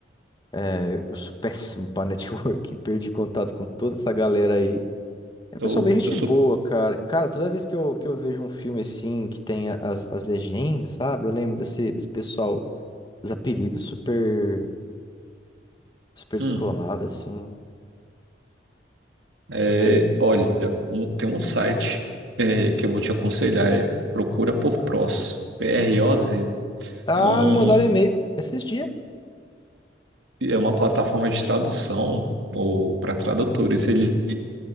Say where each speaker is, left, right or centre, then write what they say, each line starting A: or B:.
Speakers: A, on the left; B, on the right.
A: é, eu sou péssimo pra networking. <laughs> Perdi contato com toda essa galera aí
B: eu,
A: Pessoal, bem gente
B: eu sou.
A: boa, cara. Cara, toda vez que eu, que eu vejo um filme assim, que tem as, as legendas, sabe? Eu lembro desse, desse pessoal, os apelidos super, super descolado,
B: hum.
A: assim.
B: É,
A: né?
B: olha, um- tem um site é, que eu vou te aconselhar, é Procura por Pros, P-R-O-Z.
A: Ah,
B: É, um,
A: me mandaram um e-mail esses dias.
B: é uma plataforma de tradução ou para tradutores. Ele,